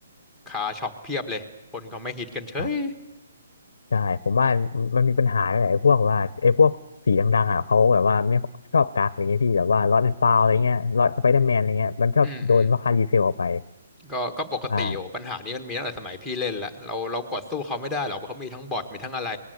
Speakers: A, in the centre; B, on the left (about 70°).
A: คาช็อปเพียบเลยคนเขาไม่ฮิตกันเฉย
B: อ่ะใช่ผมว่ามันมีปัญหาหลายพวกว่าไอ้พวกสีดังๆอ่ะเขาแบบว่าไม่ชอบกักอะไรเงี้ยพี่แบบว่าล็อตแอนด์ฟาวอะไรเงี้ยล็อตสไปเดอร์แมนอะไรเงี้ยมันชอบโดนราคารีเซลออกไป
A: อืมอืมก็ก็ปกติโอ้ปัญหานี้มันมีตั้งแต่สมัยพี่เล่นละเราเรากดสู้เขาไม่ได้หรอกเพราะเขามีทั้งบอทมีทั้งอะไร
B: ใช่